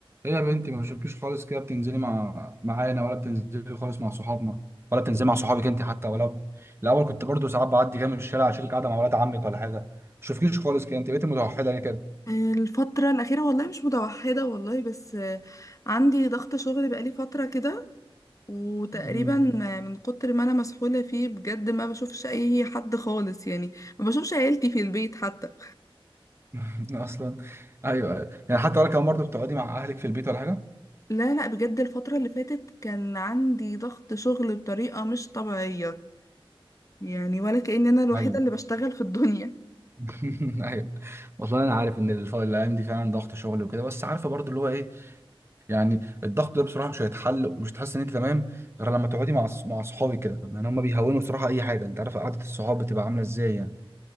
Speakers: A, on the right; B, on the left.
A: ايه يا بنتي ما بشوفكيش خالص كده بتنزلي مع معانا ولا بتنزلي خالص مع صحابنا ولا بتنزلي مع صحابك انت حتى ولا الاول كنت برضو ساعات بعدي كده من الشارع اشوفك قاعده مع ولاد عمك ولا حاجه ما بشوفكيش خالص كده انت بقيتي متوحده ليه كده
B: الفترة الأخيرة والله مش متوحدة والله بس آه، عندي ضغط شغل بقالي فترة كده وتقريبا
A: مم.
B: من كتر ما أنا مسحولة فيه بجد ما بشوفش أي حد خالص يعني ما بشوفش عيلتي في البيت حتى
A: <laughs> اصلا ايوه يعني حتى ولا كمان برضو بتقعدي مع اهلك في البيت ولا حاجه
B: لا لا بجد الفترة اللي فاتت كان عندي ضغط شغل بطريقة مش طبيعية يعني ولا كأن أنا الوحيدة
A: ايوه
B: اللي بشتغل في الدنيا
A: <laughs> ايوه والله انا عارف ان الف- الايام دي فعلا ضغط شغل وكده بس عارفه برضو اللي هو ايه يعني الضغط ده بصراحه مش هيتحل ومش هتحس ان انت تمام غير لما تقعدي مع الص- مع اصحابي كده يعني هم بيهونوا بصراحه اي حاجه انت عارف قعده الصحاب بتبقى عامله ازاي يعني